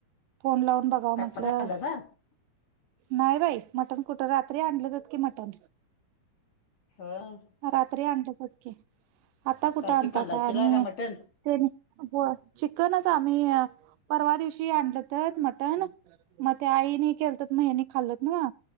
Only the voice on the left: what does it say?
काय
हॅलो
चिकन लाचीला
का मटन